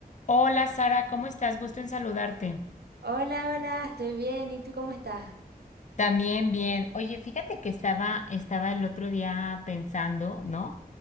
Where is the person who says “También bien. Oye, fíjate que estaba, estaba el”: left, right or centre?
Left